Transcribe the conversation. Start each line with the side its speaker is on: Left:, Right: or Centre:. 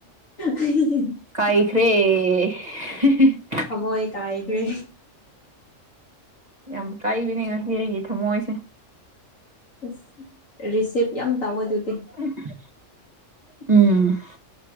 Left: <inaudible>
Right: ꯀꯥꯏꯈꯔꯦ
Left: ꯊꯃꯣꯏ ꯀꯥꯏꯈ꯭ꯔꯦ
Right: ꯌꯥꯝ ꯀꯥꯏꯕꯅꯦ ꯉꯁꯤ ꯑꯩꯒꯤ ꯊꯝꯃꯣꯏꯁꯦ
Left: ꯑꯁ ꯔꯤꯁꯤꯞ ꯌꯥꯝ ꯇꯥꯎꯋ ꯑꯗꯨꯗꯤ
Right: <inaudible> ꯎꯝ